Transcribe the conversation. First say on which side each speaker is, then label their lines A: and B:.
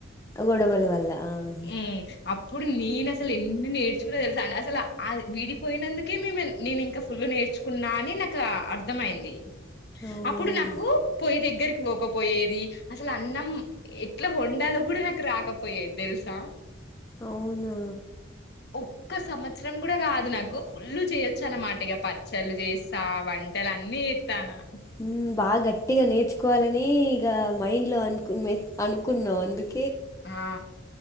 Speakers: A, on the left (about 15°); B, on the left (about 55°).
A: గొడవలు వల్ల ఆహ
B: ఉమ్ అప్పుడు నేను అసలు ఎన్ని నేర్చుకున్నా తెలుసా అండి అసలు ఆ విడిపోయినందుకే మేము నేను ఇంకా ఫుల్ నేర్చుకున్నా అని నాకు అర్థమయింది
A: అవునా
B: అప్పుడు నాకు పొయ్యి దగ్గ దగ్గరికి పోకపోయేది అసలు అన్నం ఎట్లా వండాలో కూడా నాకు రాకపోయేది తెలుసా
A: అవునా
B: ఒక్క సంవత్సరం కూడా కాదు నాకు ఫుల్ చేయొచ్చు అన్నమాట ఇక పచ్చళ్ చేస్తా వంటలు అన్నీ ఇతానా
A: హ్మ్ బాగా గట్టిగా నేర్చుకోవాలని ఇక మైండ్ లో అనుకు అనుకున్నాం అందుకు
B: ఆ